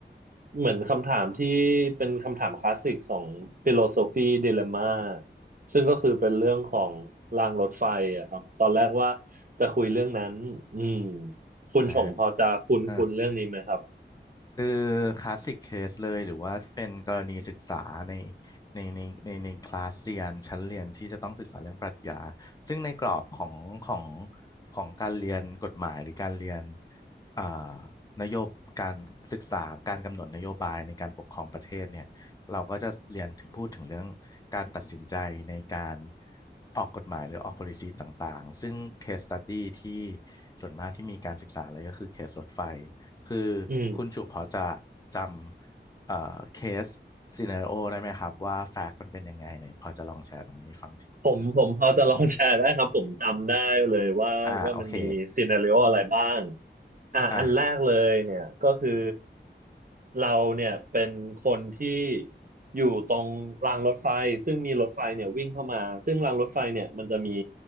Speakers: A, on the right; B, on the left.
A: เหมือนคำถามที่เป็นคำถามคลาสสิกของฟิโลโซฟีดิเลม่าซึ่งก็คือเป็นเรื่องของรางรถไฟอะครับตอนแรกว่าจะคุยเรื่องนั้นอืมคุณชงพอจะคุ้นคุ้นเรื่องนี้ไหมครับ
B: อ่าครับ คือคลาสสิกเคสเลยหรือว่าที่เป็นกรณีศึกษาในในในในในคลาสเรียนชั้นเรียนที่จะต้องศึกษาเรื่องปรัชญาซึ่งในกรอบของของของการเรียนกฎหมายหรือการเรียนอ่านโยบการศึกษาการกำหนดนโยบายในการปกครองประเทศเนี่ยเราก็จะเรียนพูดถึงเรื่องการตัดสินใจในการออกกฎหมายหรือออก policy ต่างๆซึ่ง case study ที่ส่วนมากที่มีการศึกษาเลยก็คือเคสรถไฟ คือคุณจุพอจะจำเอ่อเคส
A: อืม
B: ซีเน a r โอได้ไหมครับว่าแฟกต์มันเป็นยังไงไหนพอจะลองแชร์ตรงนี้ให้ฟังที
A: ผมผมพอจะลองแชร์ได้ครับผมจำได้เลยว่าว่ามันมีซีนาริโออะไรบ้าง
B: อ่าโอเค
A: อ่ะอันแรกเลยเนี่ยก็คือ
B: อ่า
A: เราเนี่ยเป็นคนที่อยู่ตรงรางรถไฟซึ่งมีรถไฟเนี่ยวิ่งเข้ามาซึ่งรางรถไฟเนี่ยมันจะมี